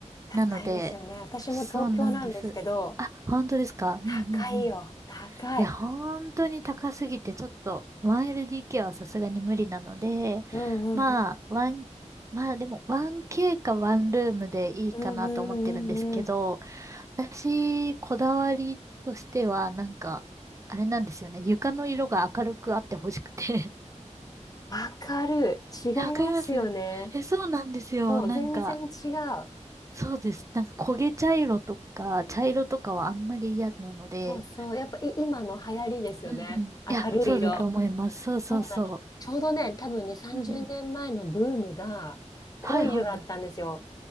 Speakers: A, on the left; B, on the right.
A: 高いですよね。
B: なので、
A: 私も東京なんですけど、
B: そうなんです。あ、本当ですかうんうんうん。
A: 高いよ。高い。
B: いや、本当に高すぎて、ちょっと 1LDK はさすがに無理なので、
A: うんうんうん。
B: まあ、ワン、まあでも 1K かワンルームでいいかなと思ってるんですけど、
A: うんうんうんうん。
B: 私、こだわりとしては、なんか、あれなんですよね。床の色が明るくあってほしくて。
A: わかる。
B: <laughs>
A: 違いますよね。
B: え、わかりますえ、そうなんですよ。
A: そう、
B: なんか、
A: 全然違う。
B: そうです。なんか焦げ茶色とか、茶色とかはあんまり嫌なので、
A: そうそう。やっぱい今の流行りですよね。
B: うんうん。いや、
A: 明るい色。
B: そうだと思います。そうそうそ
A: そうなの。ちょうどね、多分にさんじゅうね、
B: う。うんうん。
A: 30年前のブームが濃い色だったんですよ。
B: はいはいはい。